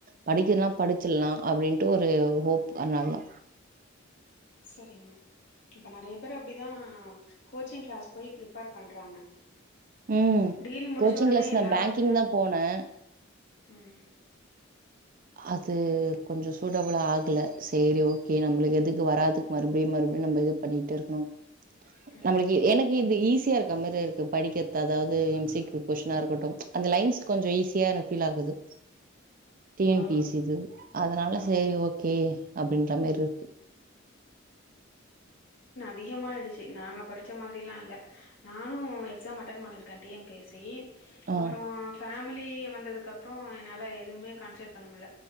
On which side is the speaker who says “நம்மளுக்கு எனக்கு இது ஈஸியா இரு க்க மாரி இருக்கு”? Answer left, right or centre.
Right